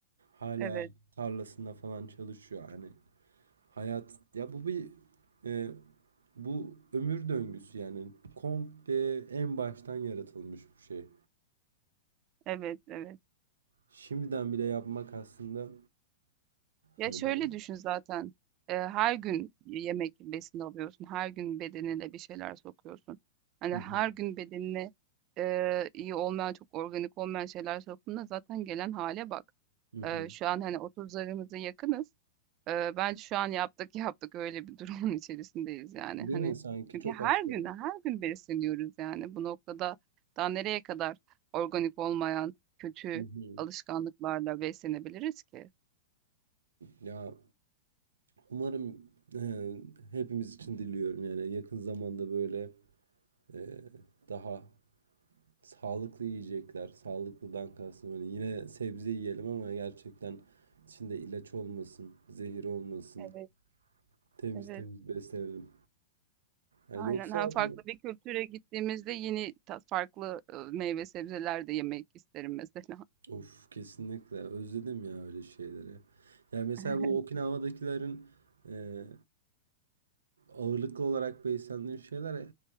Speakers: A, on the right; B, on the right.
A: Hala
B: evet,
A: tarlasında falan çalışıyor. Hani Hayat ya bu bir e, bu ömür döngüsü yani komple en baştan yaratılmış bir şey.
B: evet, evet.
A: Şimdiden bile yapmak aslında
B: Ya
A: hani
B: şöyle
A: ben
B: düşün zaten. eee, her gün yemek besin alıyorsun. Her gün bedenine bir şeyler sokuyorsun. Hani
A: Hı
B: her
A: hı,
B: gün bedenine eee, iyi olmayan, çok organik olmayan şeyler soktuğunda zaten gelen hale bak.
A: hı hı.
B: Eee, şu an hani 30'larımıza yakınız. Eee, bence şu an yaptık yaptık öyle bir durumun <laughs> içerisindeyiz yani.
A: Değil
B: Hani
A: mi? Sanki
B: çünkü
A: çok
B: her
A: az
B: gün
A: kaldı.
B: her gün besleniyoruz yani. Bu noktada daha nereye kadar organik olmayan kötü
A: Hı hı.
B: alışkanlıklarla beslenebiliriz ki?
A: Ya umarım e, hepimiz için diliyorum yani yakın zamanda böyle e, daha sağlıklı yiyecekler. Sağlıklıdan kastım hani yine sebze yiyelim ama gerçekten içinde ilaç olmasın, zehir olmasın.
B: Evet,
A: Temiz
B: evet.
A: temiz beslenelim. Yani
B: Aynen,
A: yoksa
B: hem farklı
A: bu
B: bir kültüre gittiğimizde yeni ta farklı, ııı, meyve sebzeler de yemek isterim mesela.
A: of kesinlikle özledim ya öyle şeyleri. Yani mesela
B: <laughs>
A: bu Okinawa'dakilerin e, ağırlıklı olarak beslendiği şeyler